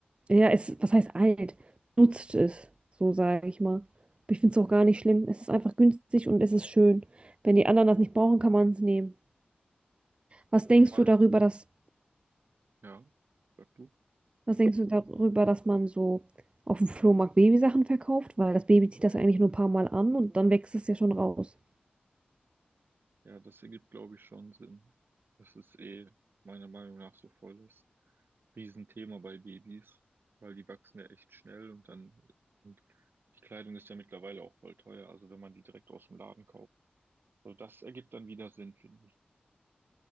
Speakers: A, on the right; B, on the right.
A: ja, es, was heißt alt? Nutzt es, so sage ich mal. Aber ich finde es auch gar nicht schlimm. Es ist einfach günstig und es ist schön. Wenn die anderen das nicht brauchen, kann man es nehmen. Was
B: Also
A: denkst
B: mal,
A: du darüber, dass
B: ja, sag du.
A: Was denkst du darüber, dass man so auf dem Flohmarkt Babysachen verkauft? Weil das Baby zieht das eigentlich nur ein paar Mal an und dann wächst es ja schon raus.
B: Ja, das ergibt, glaube ich, schon Sinn. Das ist eh meiner Meinung nach so voll das Riesenthema bei Babys, weil die wachsen ja echt schnell und dann, und die Kleidung ist ja mittlerweile auch voll teuer, also wenn man die direkt aus dem Laden kauft. Also das ergibt dann wieder Sinn, finde ich.